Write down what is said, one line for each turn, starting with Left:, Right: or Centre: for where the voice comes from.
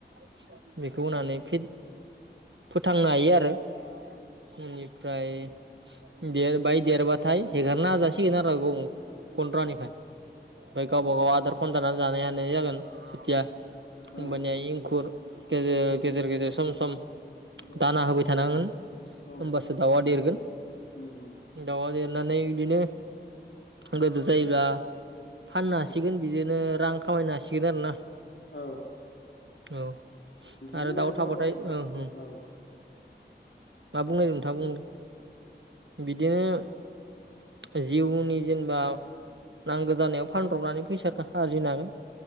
Right: <inaudible> बेखौ होनानै फि फोथांनो हायो आरो। मानिफ्राय देरबाय देरबाथाय हेगारना जासिगोन आरो। गन्द्रानिफ्राय ओमफ्राय गावबा गाव आदार खनजानानै जानाय हानाय जागोन। जेथिया हबानिया
Left: औ
Right: एंखुर गेजेर
Left: औ
Right: गेजेर गेजेर सम सम
Left: औ
Right: दाना होबाय थानांगोन
Left: औ
Right: होमबासो दाउआ देरगोन
Left: उम उम
Right: दाउआ देर फिनानै बिदिनो गोदिर जायोब्ला फाननो हासिगोन
Left: औ
Right: बिदिनो रां खामायनो हासिगोन आरो ना।
Left: औ
Right: औ
Left: बिदिनो
Right: आरो दाउ थाबाथाय
Left: गावनो
Right: ओं ओं
Left: औ
Right: मा बुंनाय नोंथां बुं दे बिदिनो जिउनि जेनेबा नांगौ जानायाव फानब्रबनानै फैसा थाखा आरजिनो हागोन।